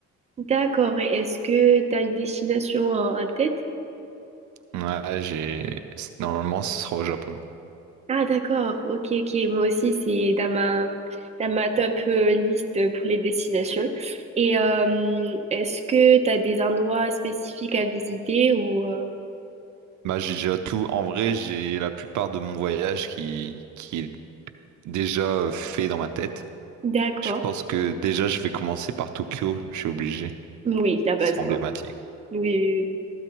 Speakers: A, on the right; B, on the right.
A: D'accord, et est-ce que t'as une destination en, en tête?
B: Ouais, j'ai normalement ce sera au Japon.
A: Ah, d'accord, ok, ok, moi aussi c'est dans ma, dans ma top euh, liste pour les destinations. Et euh, est-ce que t'as des endroits spécifiques à visiter ou... euh,
B: Bah, j'ai déjà tout. En vrai, j'ai la plupart de mon voyage qui qui est déjà fait dans ma tête.
A: D'accord,
B: Je pense que déjà, je vais commencer par Tokyo. Je suis obligé.
A: oui, la base
B: C'est emblématique.
A: quoi. Oui,